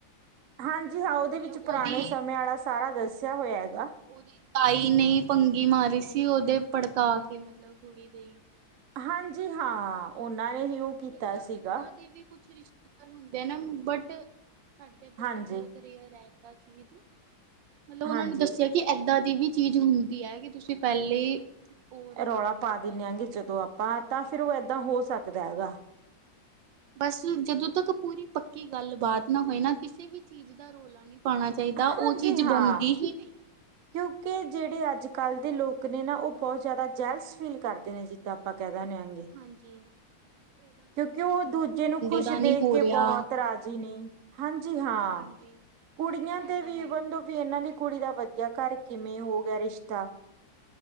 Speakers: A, on the right (about 55°); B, on the right (about 70°).
A: ਹਾਂਜੀ ਹਾਂ,
B: ਮਤਲਬ
A: ਓਦੇ ਵਿੱਚ
B: ਉਹਦੀ
A: ਪੁਰਾਣੇ ਸਮੇਂ ਆਲਾ, ਸਾਰਾ ਦੱਸਿਆ ਹੋਇਆ ਹੈਗਾ
B: ਓਦੀ ਤਾਈ ਨੇ, ਈ ਭੰਗੀ ਮਾਰੀ ਸੀ, ਓਦੇ ਭੜਕਾ ਕੇ ਮਤਲਬ ਕੁੜੀ ਦੇ
A: ਹਾਂਜੀ ਹਾਂ, ਉਹਨਾਂ ਨੇ ਹੀ ਉਹ ਕੀਤਾ
B: ਮਤਲਬ
A: ਸੀਗਾ
B: ਇਦਾਂ ਦੇ ਵੀ ਕੁਛ ਰਿਸ਼ਤੇਦਾਰ, ਹੁੰਦੇ ਆ ਨਾ ਬਟ ਸਾਡੇ ਇੱਧਰ
A: ਹਾਂਜੀ
B: ਤਾਂ ਬਹੁਤ ਰੇਅਰ ਹੈਗਾ ਚੀਜ਼ ਮਤਲਬ ਉਹਨਾਂ
A: ਹਾਂਜੀ।
B: ਨੇ ਦੱਸਿਆ ਕਿ, ਏਦਾਂ ਦੀ ਵੀ ਚੀਜ਼ ਹੁੰਦੀ ਹੈ, ਕਿ ਤੁਸੀਂ ਪਹਿਲੇ ਉਹ ਰਹੋ
A: ਰੌਲਾ ਪਾ
B: ਸਤਰਕ
A: ਦਿੰਨੇ ਆ
B: ਰਹੋ
A: ਕਿ, ਜਦੋਂ ਆਪਾਂ
B: ਹਾਂਜੀ
A: ਤਾਂ ਫੇਿਰ ਉਹ, ਏਦਾਂ ਹੋ ਸਕਦਾ ਹੈਗਾ
B: ਬਸ ਜਦੋਂ ਤੱਕ ਪੂਰੀ ਪੱਕੀ, ਗੱਲਬਾਤ ਨਾ ਹੋਏ ਨਾ ਕਿਸੇ ਵੀ ਚੀਜ਼ ਦਾ, ਰੌਲਾ ਨਹੀਂ ਪਾਉਣਾ ਚਾਹੀਦਾ, ਉਹ
A: ਹਾਂਜੀ
B: ਚੀਜ਼
A: ਹਾਂ।
B: ਬਣਦੀ ਹੀ ਨਹੀਂ
A: ਕਿਉਂਕਿ, ਜਿਹੜੇ ਅੱਜ- ਕੱਲ੍ਹ ਦੇ ਲੋਕ ਨੇ ਨਾ, ਉਹ ਬਹੁਤ ਜ਼ਿਆਦਾ ਜੈਲਸ ਫੀਲ ਕਰਦੇ ਨੇ, ਜਿੱਦਾਂ ਆਪਾਂ ਕਹਿ ਦਿੰਦੇ
B: ਹਨਜੀ
A: ਕਿਉਂਕਿ, ਉਹ ਦੂਜੇ ਨੂੰ ਖ਼ੁਸ਼
B: ਦਾ ਨਹੀਂ
A: ਦੇਖ
B: ਹੋ
A: ਕੇ,
B: ਰਿਹਾ।
A: ਬਹੁਤ ਰਾਜ਼ੀ ਨਈ ਹਾਂਜੀ ਹਾਂ,
B: ਹਾਂਜੀ,
A: ਕੁੜੀਆਂ
B: ਹਾਂਜੀ ਇਹ
A: ਤੇ
B: ਤਾਂ
A: ਵੀ
B: ਹੈ ਹੀ।
A: ਬੰਦੋ ਵੀ ਇਹਨਾਂ ਦੀ ਕੁੜੀ ਦਾ ਵਧੀਆ ਘਰ, ਕਿਵੇਂ ਹੋ ਗਿਆ ਰਿਸ਼ਤਾ